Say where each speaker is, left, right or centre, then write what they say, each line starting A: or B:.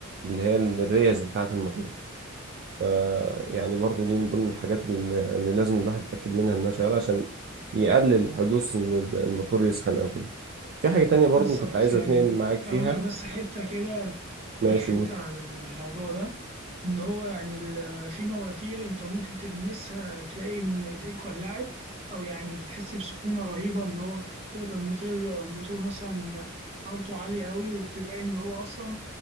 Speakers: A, on the right; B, on the right.
A: اللي هي الريش بتاعة الموتور ف يعني برضو دي من ضمن الحاجات اللي اللي لازم الواحد يتأكد منها إنها شغالة عشان يقلل حدوث إن الموتور يسخن أو كده في حاجة تانية برضو
B: بالظبط
A: كنت عايز
B: يعني
A: أتنقل معاك فيها
B: أقول لك بس حتة كده
A: ماشي
B: لك حتة
A: قول
B: عن الموضوع ده إن هو يعني ال- في مواتير أنت ممكن تلمسها تلاقي إن إيديك ولعت أو يعني بتحس بسخونة رهيبة إن هو تقدر الموتور الموتور مثلا حرارته عالية أوي وتلاقي إن هو أصلا